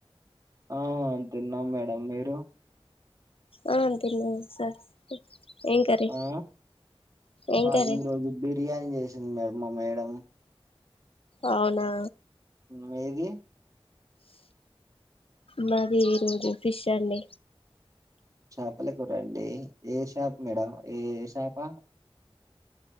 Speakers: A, on the right; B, on the left.
A: ఆ తిన్నాం మేడం మీరు
B: ఆ తిన్నాం సార్ ఏం కర్రీ
A: ఆ
B: ఏం
A: మాది
B: కర్రీ
A: ఈరోజు బిర్యానీ చేసింది మా మేడం
B: అవునా
A: మీది
B: మాది ఈరోజు ఫిష్ అండి
A: చాపల కూరండి ఏ షాప్ మేడం ఏ షాపా